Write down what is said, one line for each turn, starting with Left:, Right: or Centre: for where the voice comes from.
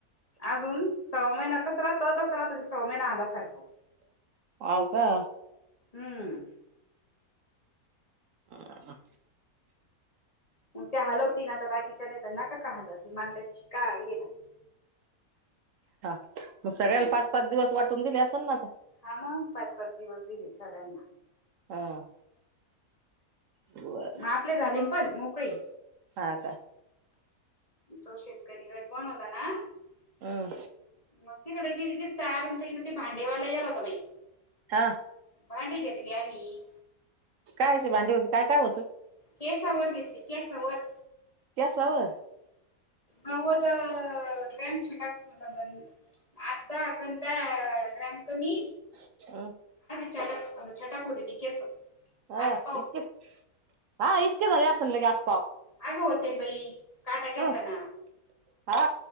Left: अजून सव्वा महिना कस राहतो तसं राहतो सव्वा महिना आला सारखं
Right: हाव का
Left: हम्म.
Right: ह
Left: म ते हलवती ना आता बाकी च्या तेना का हाल <unintelligible> समानतशी काळी ह गेन <unintelligible>
Right: हा मग सगळ्याला
Left: हा
Right: पाच पाच दिवस वाटून दिले असल ना आता
Left: हा मग पाच पाच दिवस दिले सगळ्यांना
Right: हा. बर
Left: मा आपले झाले पण मोकळे
Right: ह का
Left: तो शेतकरी गड बनवला ना मग
Right: हम्म
Left: तिकडे गेली. ती तयार होतीन हे म्हणती भांडेवाला आला ग बाई.
Right: हा.
Left: भांडी घेतली आम्ही.
Right: कायची भांडी होती काय काय होतं.
Left: केसावर घेतली केसावर
Right: गॅसावर
Left: नवद अ ग्रॅम छटाक अकरा ग्रॅम कमी
Right: <unintelligible>
Left: <unintelligible>
Right: हा
Left: आठ पाव
Right: इतकीच हा इत तूला बी असंल गॅप पाव
Left: आग होतेन बाई काटा गेलताना
Right: ह हा